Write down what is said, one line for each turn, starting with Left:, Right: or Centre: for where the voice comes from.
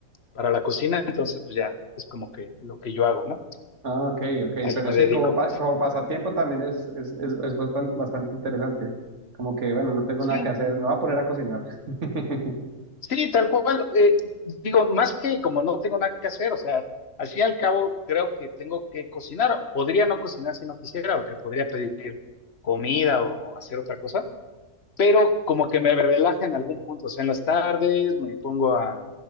Left: para la cocina, entonces pues ya es como que lo que yo hago, ¿no?
Right: Ah, ok, ok.
Left: A eso
Right: Pero
Left: me
Right: sí,
Left: dedico.
Right: como, pa- como pasatiempo también es, es, es, es bastan- bastante interesante. Como que, bueno, no tengo
Left: Sí,
Right: nada que hacer, me voy a poner a cocinar. <laughs>
Left: sí, tal cual. eh, digo, más que como no tengo nada que hacer, o sea, al fin y al cabo creo que tengo que cocinar. Podría no cocinar si no quisiera, o que podría pedir comida o hacer otra cosa, pero como que me relaja en algún punto, o sea, en las tardes me pongo a,